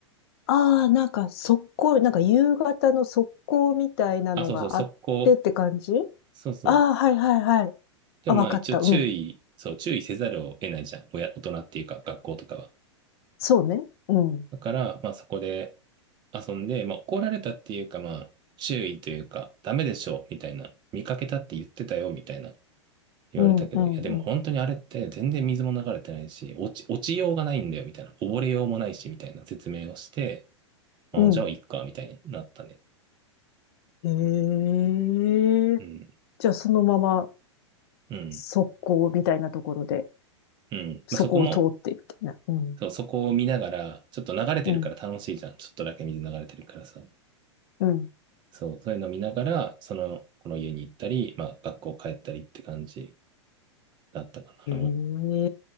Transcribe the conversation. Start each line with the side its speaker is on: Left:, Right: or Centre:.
Left: ああ、なんか速攻、なんか夕方の速攻みたいなのがあってって感じ
Right: あ、そうそう、速攻。そうそう。
Left: ああ、はいはいはい。
Right: でもまあ一応注意、
Left: あ、わかった。うん。
Right: そう、注意せざるを得ないじゃん。親、大人っていうか、学校とかは。
Left: そうね。うん。
Right: だから、まあそこで遊んで、まあ怒られたっていうか、まあ注意というか、ダメでしょ、みたいな。見かけたって言ってたよ、みたいな。言われたけど、
Left: うん、うん、
Right: いやでも本当にあれって全然水も流れてないし、
Left: うん。
Right: 落ち、落ちようがないんだよみたいな、溺れようもないしみたいな説明をして、あ、
Left: うん。
Right: じゃあいっかみたいになったね。
Left: ええ
Right: うん、
Left: じゃあそのまま
Right: うん、
Left: 速攻みたいなところで、
Right: うん。
Left: そこを通っていくみたいな。
Right: まあ、そこも、
Left: うん。
Right: そう、そこを見ながら、ちょっと流れてるから楽しいじゃん。
Left: うん、
Right: ちょっとだけ水流れてるからさ。
Left: うん。
Right: そう、そういうのを見ながら、その、この家に行ったり、まあ学校帰ったりって感じだったかな。
Left: え